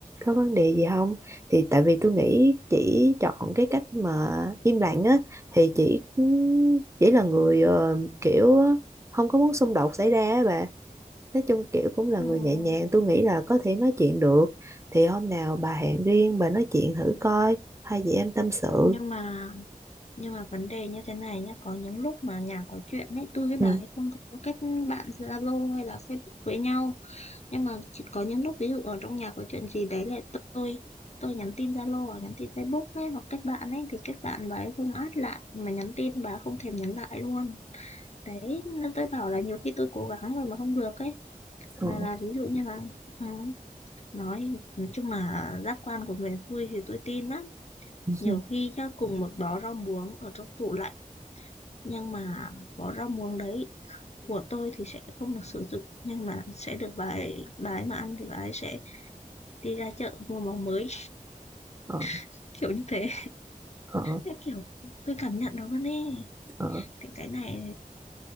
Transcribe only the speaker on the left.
ừm.
nhưng mà nhưng mà vấn đề như thế này nhá có những lúc mà nhà có chuyện ấy tôi với bà
ấy không có kết bạn Zalo hay là Facebook với nhau nhưng mà chỉ có những lúc ví dụ ở trong nhà có chuyện gì đấy là tôi tôi nhắn tin Zalo hoặc nhắn tin Facebook ấy hoặc kết bạn ấy thì kết bạn bà ấy không add lại mà nhắn tin bà ấy không thèm nhắn lại luôn đấy nên tôi bảo là nhiều khi tôi cố gắng rồi mà không được ấy
mà là ví dụ như là ừ, nói nói chung là giác quan của miền xuôi thì tôi tin lắm
nhiều khi nhá cùng một bó rau muống ở trong tủ lạnh nhưng mà bó rau muống đấy của tôi thì sẽ không được sử dụng nhưng mà sẽ được bà ấy bà ấy mà ăn thì bà ấy sẽ đi ra chợ mua máu mới
<laughs> kiểu như thế
Thế kiểu tôi cảm nhận nó luôn ấy
thì cái này